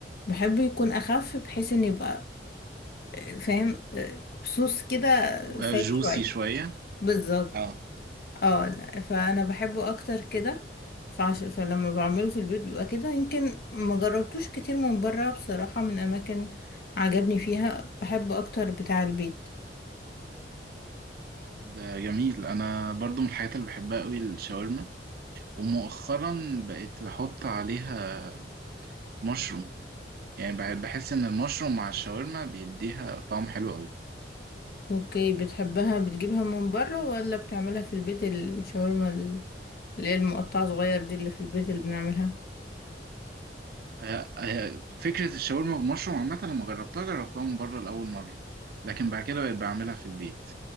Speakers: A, on the left; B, on the right.
A: بحب يكون اخف بحيث ان يبقى آه، فاهم آه، صوص كده
B: بيبقى
A: سايح
B: جوسي
A: شوية
B: شويه
A: بالظبط
B: اه
A: اه لا فانا بحبه اكتر كده فعش... فلما بعمله في البيت بيبقى كده يمكن ما جربتوش كتير من بره بصراحة من اماكن عجبني فيها بحب اكتر بتاع البيت
B: ده جميل انا برضو من الحاجات اللي بحبها قوي الشاورما ومؤخرا بقيت احط عليها مشروم يعني بح- بحس ان المشروم مع الشاورما بيديها طعم حلو قوي
A: اوكي بتحبها بتجيبها من بره ولا بتعملها في البيت الشاورما ال- اللي هي المقطعة صغير دي اللي في البيت اللي بنعملها
B: آه، آه، فكرة الشاورما بمشروم عامة لما جربتها جربتها من بره لأول مرة لكن بعد كده بقيت بعملها في البيت